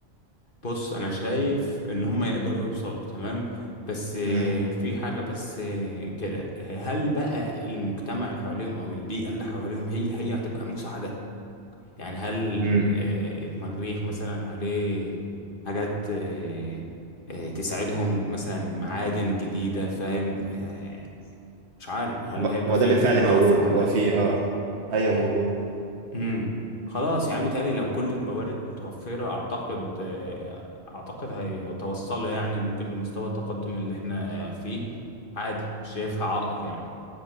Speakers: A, on the left; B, on the right.
A: بص انا شايف ان هم يقدروا يوصلوا تمام بس آه،
B: امم
A: في حاجة بس آه، كده هل بقى المجتمع اللي حواليهم او البيئة اللي حواليهم هي هي هتبقى مساعدة يعني هل
B: امم
A: آه، المريخ مثلا عليه حاجات آه، آه، تساعدهم مثلا معادن جديدة فاهم آه، مش عارف هل
B: هو
A: هيبقى
B: هو
A: فيه
B: ده بالفعل
A: متوفر
B: موجود
A: كل
B: هو
A: ده
B: في آه أيوه موجود
A: امم خلاص يعني بيتهيألي لو كل الموارد متوفرة أعتقد آه، أعتقد هيتوصلوا يعني ممكن لمستوى التقدم اللي احنا فيه عادي مش شايفها عائق يعني